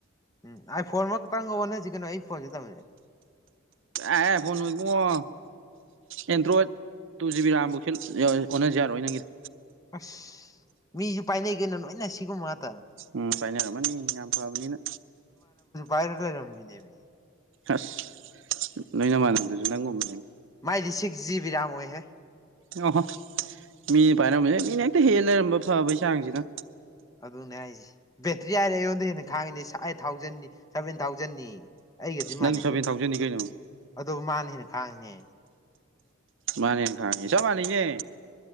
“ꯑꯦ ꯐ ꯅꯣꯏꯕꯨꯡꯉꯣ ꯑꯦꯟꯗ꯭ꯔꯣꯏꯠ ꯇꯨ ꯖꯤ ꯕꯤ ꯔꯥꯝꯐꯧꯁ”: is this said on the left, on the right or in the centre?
Right